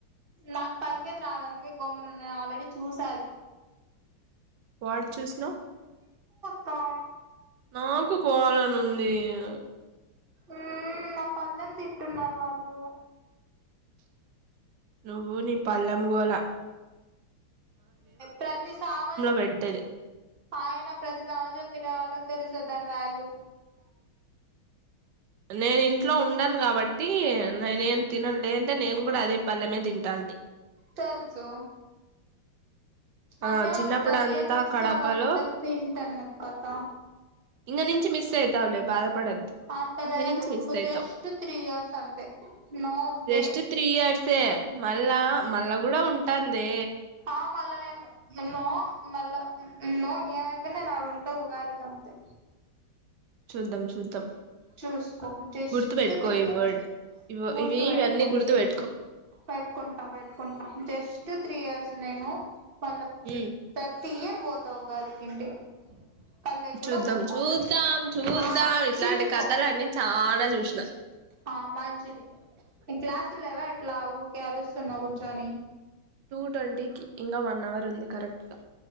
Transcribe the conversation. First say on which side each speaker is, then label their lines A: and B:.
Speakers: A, on the right; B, on the right.
A: నాకు పలికేది రాదు అందుకే గొమ్మున ఉన్న నేను ఆల్రెడీ చూసా అది
B: వాడు చూసిన
A: కా
B: నాకు పోవాలని ఉంది అ
A: ఉ నా పళ్ళెం తింటున్నారు వాళ్ళు
B: నువ్వు నీ పల్లెం గోళ
A: ప్రతి సమన్
B: పెట్టేది
A: ఆయన ప్రతి సంవత్సరం తినే వాళ్ళకి తెలుస్ సో దాని వాల్యూ
B: నేన్ ఇంట్లో ఉండన్ కాబట్టి నేనేం తినను లేదంటే నేన్ కూడా అదే పల్లమే తింటాంది.
A: తెల్సు
B: ఆ
A: అంటే
B: చిన్నప్పుడు
A: మనం ప్రతి
B: అంతా
A: ఇయర్ మిస్
B: కడపలో
A: అవ్వకుండా తింటానం కథ
B: ఇంక నుంచి మిస్ అయితావులే బాధపడద్దు
A: అంత
B: ఇక
A: లేదు
B: నుంచి
A: ఇంక
B: మిస్ అయితావు
A: జస్ట్ త్రీ ఇయర్స్ అంతే నో వే
B: జస్ట్ త్రీ ఇయర్సే మళ్ళా మళ్ళ కూడా ఉంటాందే
A: ఆ మళ్ళ నేను నిన్నూ మళ్ళా నో ఏమైపోయినా నేన్ ఉంటా ఉగాదికి అంతే
B: చూద్దాం చూద్దాం
A: చూసుకో జస్ట్
B: గుర్తు పెట్టుకో
A: త్రీ
B: ఈ
A: ఇయర్స్
B: వర్డ్
A: గుర్తు
B: ఇవి
A: పెట్టుకో
B: ఇవన్నీ గుర్తు పెట్టుకో
A: పెట్టుకుంటా పెట్టుకుంటా జస్ట్ త్రీ ఇయర్స్ నేను పల్లం
B: ఉమ్
A: ప్రతి ఇయర్ పో ఉగాదికి ఇంటికి కల్లకి కూడా
B: చూద్దాం
A: పోతా
B: చూద్దాం చూద్దాం
A: ఆ
B: ఇట్లాంటి
A: చూస్కో
B: కథలు అన్నీ చానా చూసిన
A: ఆ మంచిది నిక్ క్లాసులు లేవ ఊకె అరుస్తున్న కూర్చొని
B: టూ ట్వంటీకి ఇంకా వన్ అవర్ ఉంది కరెక్ట్గా